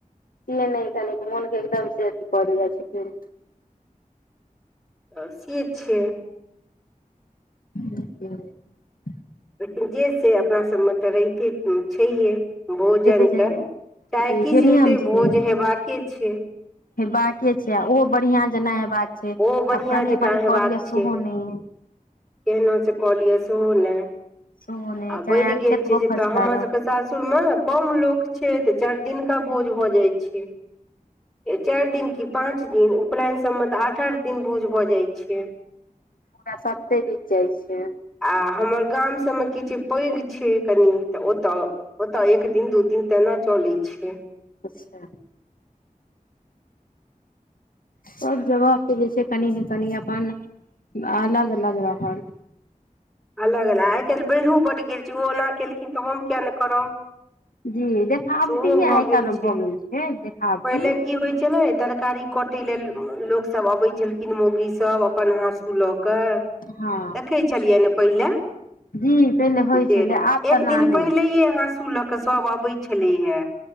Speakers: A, on the left; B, in the centre.
A: से नहि कनिक मोनके एकदम से अथी कऽ दै जाइ छथिन
B: तऽ से छै
A: त
B: लेकिन जे से अपना सबमे तऽ रहिते छैहे भोजन
A: छै
B: कऽ चाहे
A: जी
B: किछु
A: जे नियम
B: हेतै
A: छै
B: भोज हेबाके छै
A: हेबाके छै आ ओहो बढ़िया जेना हेबाक छै
B: ओ बढ़ियां
A: आब कनि
B: जकां
A: मनि
B: हेबाक
A: कऽ लिअ
B: छै
A: सेहो नहि
B: केहनो से कऽलिय <unintelligible>
A: सेहो नहि
B: आ बढ़ि
A: चाहे अहाँ
B: गेल
A: कतबो
B: छै
A: खर्च
B: तऽ हमर
A: लागत
B: सबके सासुरमे कम लोक छै तऽ चारि दिन का भोज भऽ जाइ छै चारि दिन पाँच दिन उपलायन सब में तऽ आठ आठ दिन भोज भऽ जाय छै
A: पूरा सप्ते बीत जाइ छै
B: आ हमर गाम तै में की छै पैघ छै कनि तऽ ओत ओत दू दिन तेना चलैत छै
A: अच्छा सभ जगह पे जे छै कनि ने कनि अपन अलग अलग रहल
B: अलग अलग आइ काल्हि बाढ़िओ बड गेल छै ओ ओना केलखिन तऽ हम किएक नहि करब
A: जी देखावटीये
B: सेहो भऽ
A: आइ
B: गेल
A: काल्हि
B: छै
A: भऽ गेल देखावटी
B: पहिले की होइत छलै तरकारी कटै लेल लोक सब अबै छलखिन मौगी सब अपन हाँसू लऽ के
A: हँ
B: देखै छलियै ने पहिले
A: जी पहिले होइ
B: जे
A: छलै आब
B: एक
A: तऽ ना
B: दिन
A: नहि
B: पहिलैये हाँसू लऽ कऽ सभ अबै छलैया